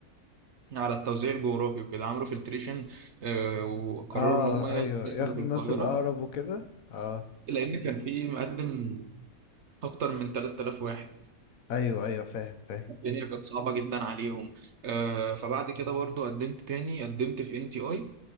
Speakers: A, on the right (about 55°); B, on the left (about 70°).
A: على التوزيع الجغرافي وكده عملوا فلتريشن آه، وقرروا
B: اه
A: ان هم
B: ايوه
A: يدخلوا
B: ياخدوا
A: في القاهره
B: الناس الاقرب وكده اه
A: لان كان في مقدم اكتر من 3000 واحد
B: ايوه ايوه فاهم فاهم
A: الدنيا كانت صعبه جدا عليهم آه، فبعد كده برضو قدمت تاني قدمت في ان تي اي